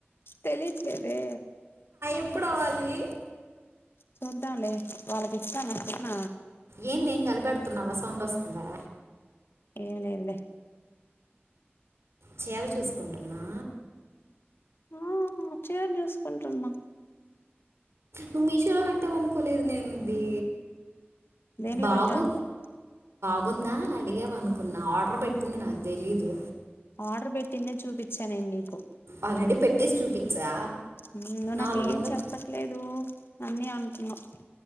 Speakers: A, on the left (about 65°); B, on the right (about 90°).
A: తేలిట్లేదే
B: ఎప్పుడు అవ్వాలి
A: చూద్దాంలే వాళ్ళకి ఇస్తానా సేన
B: ఏంది ఏం కలిపెడుతున్నావా సౌండ్ వస్ దా
A: ఏం లేదు లే
B: చీర చూసుకుంటున్నా
A: ఆ చీర చూసుకుంటున్నా
B: నువ్ మీషోలో పెట్టావ అనుకోలేదు నేను ఇది
A: దేంట్లో
B: బాగు
A: పెట్టా అనుకోం
B: బాగుందా అని అడిగేవ అనుకున్నా ఆర్డర్ పెట్టింది నాకు తెలీదు
A: ఆర్డర్ పెట్టిందే చూపించా నేను నీకు
B: ఆల్రెడీ పెట్టేసి చూపించా
A: నువ్
B: నాలుగు
A: నాకేం
B: వందలు
A: చెప్పట్లేదు అన్నీ అంటున్నవ్